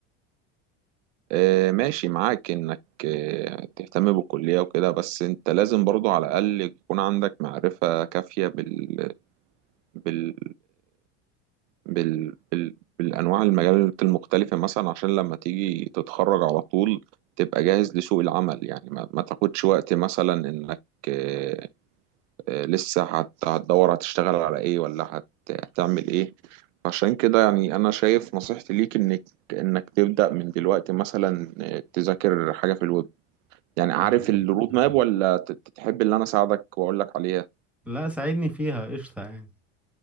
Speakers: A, on the right; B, in the centre.
A: آه ماشي معاك انك آه تهتم بالكليه وكده بس انت لازم برضو على الاقل يكون عندك معرفه كافيه بال... بال... بال... بال... بالانواع المجالات المختلفه مثلا عشان لما تيجي تتخرج على طول تبقى جاهز لسوق العمل يعني ما, ما تاخدش وقت مثلا انك آه، آه، لسه هت... هتدور هتشتغل على ايه ولا هت... هتعمل ايه عشان كده يعني انا شايف نصيحتي ليك انك انك تبدا من دلوقتي مثلا آه، تذاكر حاجه في الويب يعني عارف
B: مم،
A: الرود
B: تمام
A: ماب ولا ت- تحب اللي انا اساعدك واقول لك عليها
B: لا ساعدني فيها قشطة يعني